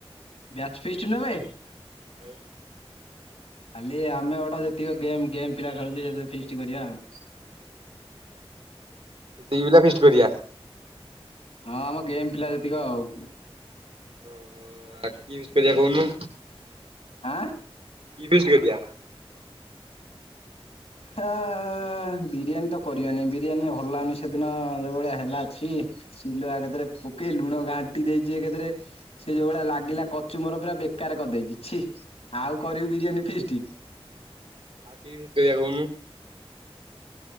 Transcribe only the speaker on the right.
ଆଉ?
ସେତିିକି ପିଲା ଫିଷ୍ଟ୍ କରିବା।
ଓହୋଃ। ଆଉ କି ଫିଷ୍ଟ୍ କରିବା କହୁନୁ?
କି ଫିଷ୍ଟ୍ କରିବା?
ଆଉ କି ଫିଷ୍ଟ୍ କରିବା କହୁନୁ?